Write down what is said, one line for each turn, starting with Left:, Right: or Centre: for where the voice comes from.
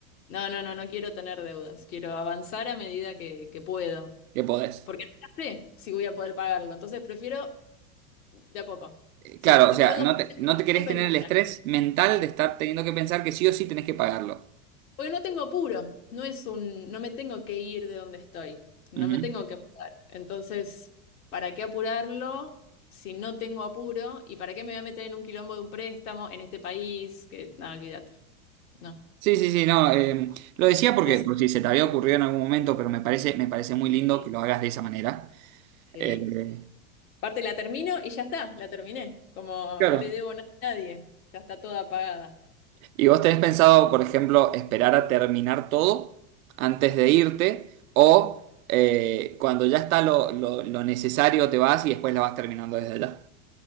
Left: no, no, no, no no quiero tener deudas, quiero avanzar a medida que, que puedo,
Right: ¿Qué podés?
Left: porque nunca sé si voy a poder pagarlo, entonces prefiero de a poco.
Right: Eh,
Left: Sí,
Right: Claro,
Left: te
Right: o sea,
Left: puedo...
Right: no te,
Left: <laughs>
Right: no te querés
Left: dos ventanas.
Right: tener el estrés mental de estar teniendo que pensar que sí o sí tenés que pagarlo.
Left: Porque no tengo apuro, no es un, no me tengo que ir de donde estoy, no
Right: Ujú.
Left: me tengo que mudar. Entonces, ¿para qué apurarlo si no tengo apuro? ¿Y para qué me voy a meter en un quilombo de un préstamo en este país? Que nada, olvídate. No.
Right: Sí, sí, sí, no, eh, lo decía porque,
Left: Es,
Right: por si se te había ocurrido en algún momento, pero me parece, me parece muy lindo
Left: sí,
Right: que lo hagas de esa manera.
Left: sí.
Right: Eh,
Left: Aparte la termino y ya está, la terminé. Como
Right: claro.
Left: no le debo nada a nadie, ya está toda pagada.
Right: ¿Y vos tenés pensado, por ejemplo, esperar a terminar todo antes de irte o eh, cuando ya está lo, lo- lo necesario te vas y después la vas terminando desde allá?